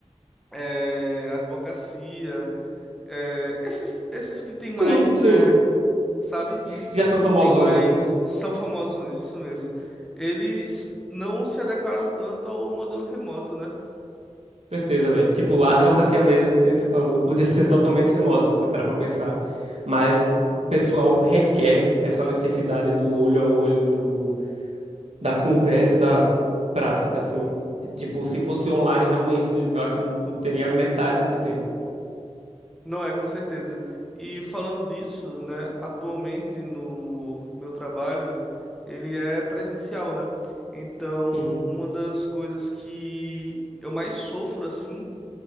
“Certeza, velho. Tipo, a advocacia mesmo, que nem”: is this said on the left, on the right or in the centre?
Right